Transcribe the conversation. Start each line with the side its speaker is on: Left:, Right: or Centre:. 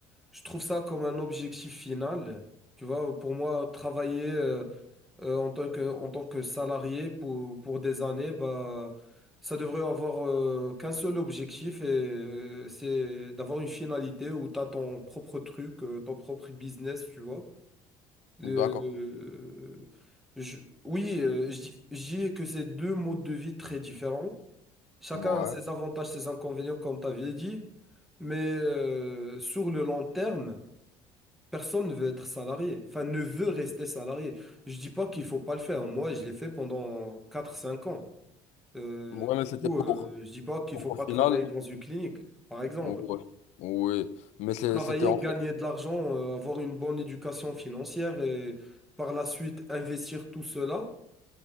Centre: je trouve ça comme un objectif final. Tu vois, pour moi, travailler, euh, euh, en tant que, en tant que salarié pour, pour des années, bah, ça devrait avoir euh, qu'un seul objectif et euh, c'est d'avoir une finalité où tu as ton propre truc, euh, ton propre business, tu vois. Euh,
Left: D'accord.
Centre: euh, je- oui, euh, je dis je dis que c'est deux modes de vie très différents. Chacun
Left: Ouais.
Centre: a ses avantages, ses inconvénients, comme tu avais dit. Mais euh, sur le long terme, Personne ne veut être salarié, enfin ne veut rester salarié. Je dis pas qu'il faut pas le faire. Moi, je l'ai fait pendant quatre cinq ans. Euh,
Left: Ouais,
Centre: du
Left: mais c'était
Centre: coup,
Left: pour,
Centre: euh, je dis pas qu'il
Left: pour
Centre: faut pas
Left: au
Centre: travailler
Left: final.
Centre: dans une clinique, par exemple.
Left: Ouais. Oui. Mais c'est-
Centre: Travailler,
Left: c'était en
Centre: gagner
Left: fait.
Centre: de l'argent, euh, avoir une bonne éducation financière et par la suite investir tout cela.